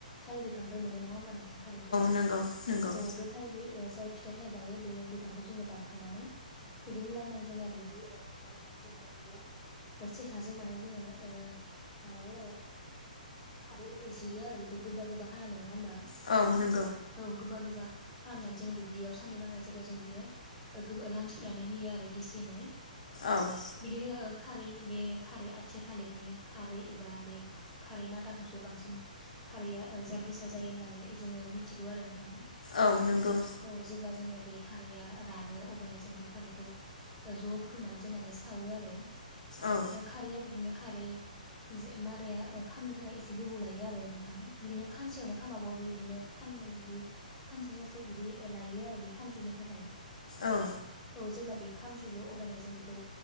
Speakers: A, in the centre; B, on the left.
A: थालिर बिफांनिफ्राय मोनो नङा होनबा नोंथां? <unintelligible>
B: नंगौ नंगौ
A: औ बे थालि बि ओ जाय फिथाइ थाइगायो बे बिफांखौ जोङो दानफायनानै बिदिनो लांदां जायगा दुब्लि एबा फोथाराव लांनानै जों माने बेखौ सेखाजों माने जोङो ओ माबायो आरो खारै जिरो आरो बेखौ गोबा-गोबा खालामो नङा होम्बा?
B: औ नों
A: औ गोबा-गोबा खालामनानै जोङो दुब्लियाव सान्दुं लांनाय जायगायाव जों बिदिनो ओ लामस्रिनानै होयो आरो गेसेङै।
B: औ
A: बिदिनो ओ खारै बे खारै आथिया थालिरनि खारै एबा मे खारै माथाखौसो बांसिन खारैया जार गोसा जायो होननानै जोङो मिथिगौ आरो नोंथां।
B: औ नंगौ।
A: औ जेब्ला जोंनिया बे खारैया रानो अब्लानो जों बे खारैखौ ज' बुथुमनानै जों माने सावो आरो
B: औ
A: खारैया बिदिनो खारै जो मादाया खालामनो थाखाय एसे गोबौ लायो आरो नोंथां। बिदिनो खानसेयावनो खामाबो बे बिदिनो खाननै बिदि खानसे हरसे बिदि लायो आरो बे खामजोबनो थाखाय।
B: औ।
A: औ जेब्ला बे खामजोबो अब्लानिया जों बेखौ